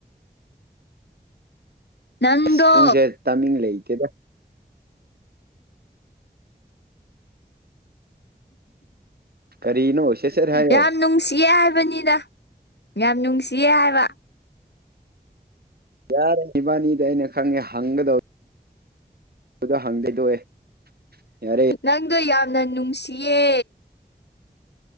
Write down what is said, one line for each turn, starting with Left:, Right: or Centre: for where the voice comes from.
Left: ꯅꯪꯗꯣ
Right: ꯑꯁ ꯄꯨꯡꯁꯦ ꯇꯥꯏꯃꯤꯡ ꯂꯩꯇꯦꯗ꯫ ꯀꯔꯤꯅꯣ ꯁꯦꯠ-ꯁꯦꯠ ꯍꯥꯏꯌꯣ
Left: ꯌꯥꯝ ꯅꯨꯡꯁꯤꯌꯦ ꯍꯥꯏꯕꯅꯤꯗ꯫ ꯌꯥꯝ ꯅꯨꯡꯁꯤꯌꯦ ꯍꯥꯏꯕ꯫
Right: ꯌꯥꯔꯦ ꯏꯕꯥꯅꯤꯗ ꯑꯩꯅ ꯈꯪꯒꯦ ꯍꯪꯒꯗꯧ <unintelligible> ꯌꯥꯔꯦ
Left: ꯅꯪꯗꯣ ꯌꯥꯝꯅ ꯅꯨꯡꯁꯤꯌꯦ꯫